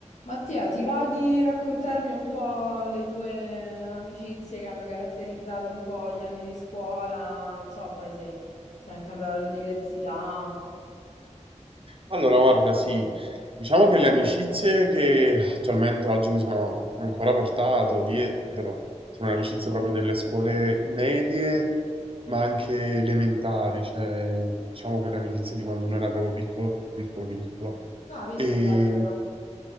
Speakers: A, on the left; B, on the right.
A: Mattia, ti va di raccontarmi un po' le tue amicizie che hanno caratterizzato un po' gli anni di scuola? Non so, poi se stai anche andando all'università.
B: Allora, guarda, sì, diciamo che le amicizie che attualmente oggi mi sono ancora portato dietro sono le amicizie
A: Mhm.
B: proprio delle scuole medie, ma anche elementari, cioè diciamo quelle amicizie di quando uno era proprio piccolo, piccolo, piccolo.
A: Ah, vedi
B: E,
A: che bello però.